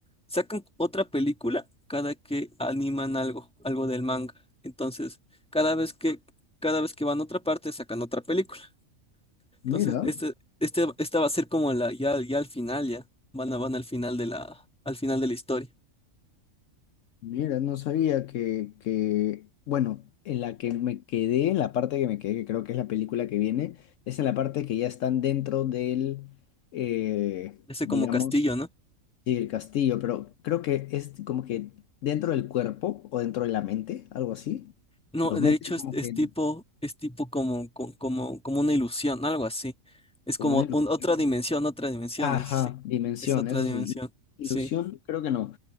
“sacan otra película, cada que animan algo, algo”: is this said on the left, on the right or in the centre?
Centre